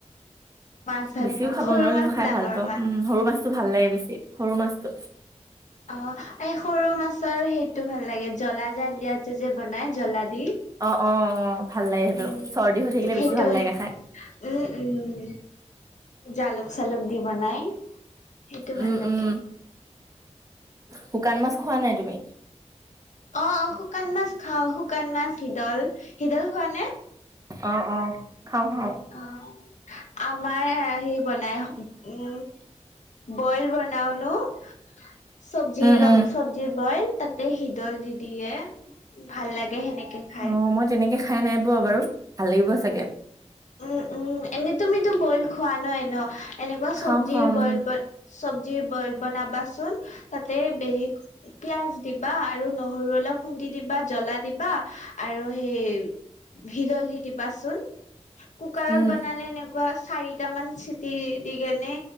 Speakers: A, on the left; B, on the right.
A: মাছ ভাল
B: বেছিও
A: পোৱা
B: খাব
A: সৰু
B: নোৱাৰো
A: মাছ
B: কিন্তু খাই
A: ডাঙৰ
B: ভাল পাওঁ
A: মাছ
B: উম সৰু মাছটো ভাল লাগে বেছি সৰু মাছটো
A: অ এই সৰু মাছৰ সেইটো ভাল লাগে জ্বলা জাল দিয়া যে যে বনাই জ্বলা দি
B: অ অ অ ভাল লাগে সেইটো
A: উম
B: চৰ্দি হৈ থাকিলে
A: সেইটোৱে
B: বেছি ভাল লাগে খাই
A: উম উম জালুক চালুক দি বনাই সেইটো ভাল
B: উম
A: লাগে
B: উম শুকান মাছ খোৱা নাই তুমি
A: অ অ শুকান মাছ খাওঁ শুকান মাছ শিদল শিদল খোৱা নে
B: অ অ খাওঁ খাওঁ
A: অ আমাৰ সি বনাই উম বইল বনাই নন <unintelligible> চবজিৰ
B: উম
A: লগ
B: উম
A: চবজি বইল তাতে শিদল দি দিয়ে ভাল লাগে সেনেকে খাই।
B: অ মই তেনেকে খাই নাই পোৱা বাৰু ভাল লাগিব চাগে
A: উম উম এনেই তুমিতো বইল খোৱা ন ন এনেকুৱা
B: খাওঁ
A: চবৰ্জি
B: খাওঁ উম,
A: বইল বল চব্জি বইল বনাবাচোন তাতে পিয়াজ দিবা আৰু নহৰু অলপ খুন্দি দিবা জ্বলা দিবা আৰু সেই ভিদল দি দিবাচোন কুকাৰত
B: উম,
A: বনালে এনেকুৱা চাৰিটামান চিটি দি কেনে